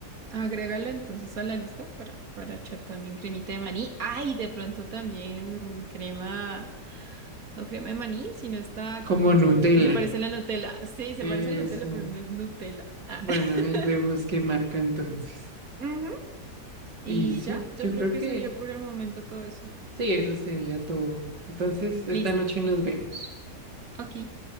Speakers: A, on the right (about 55°); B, on the right (about 75°).
A: Agrégalo entonces a la lista para, para echar también cremita de maní. Ay, de pronto también crema, no crema de maní, sino esta
B: como
A: que me gusta,
B: Nutella.
A: que se parece a la Nutella. Sí, se
B: Eso.
A: parece a la Nutella, pero no es Nutella. Ah.
B: Bueno,
A: <laughs>
B: ahí vemos qué marca entonces.
A: Ujú. Y
B: Y sí,
A: ya, yo
B: yo
A: creo
B: creo
A: que
B: que
A: sería por el momento todo eso.
B: sí, eso sería todo. Entonces, esta
A: Listo.
B: noche nos vemos.
A: Ok.